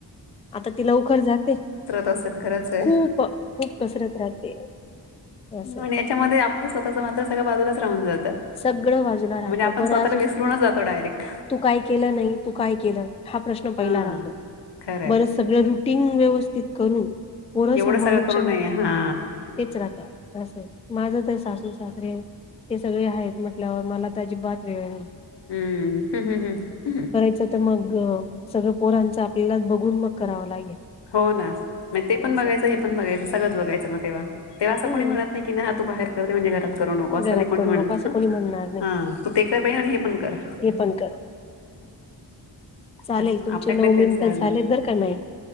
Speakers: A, on the left; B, on the left.
A: आता ति लवकर जाते.
B: असेल खरंच आहे.
A: खूप खूप कसरत राहते. असं.
B: प याच्यामध्ये आपलं स्वतःचं मात्र सगळ बाजूलाच राहून जातं.
A: सगळं बाजूला. राहतं
B: म्हणजे आपण
A: बरं
B: स्वतःला
A: अजून
B: विसरूनच जातो डायरेक्ट.
A: तू काय केलं नाही? तू काय केलं? हा प्रश्न पहिला
B: हा
A: राहतो.
B: खरंय.
A: सगळ रुटीन व्यवस्थित करून, पोरं
B: एवढं
A: सांभाळून
B: सगळं करून
A: शंभर-
B: नाही हा
A: तेच राहत असं. माझं तर सासू सासरे- ते सगळे आहेत म्हटल्यावर मला तर अजिबात वेळ नाही.
B: हम्म. ह ह ह
A: त्या तर मग सगळं पोरांचं आपल्याला बघून मग करावं लागेल.
B: हो ना. ते पण
A: असं
B: बघायचं हे पण बघायचं सगळं बघायचं मग तेव्हा. तेव्हा असं
A: हम्म
B: कोणी म्हणत- नाही तू बाहेर कर, मी घरात- करू नको असं
A: घरात
B: नाही कोणी
A: करू
B: म्हणत.
A: नको असं कोणी म्हणणार नाही
B: हा. तू ते कर बाई आणि हे पण कर.
A: हे पण करा चालेल
B: आज
A: तुमचे
B: आपल्याकडे
A: नऊ
B: तेच
A: मिनिट
B: आहे अजून
A: झालेत बर का मॅ -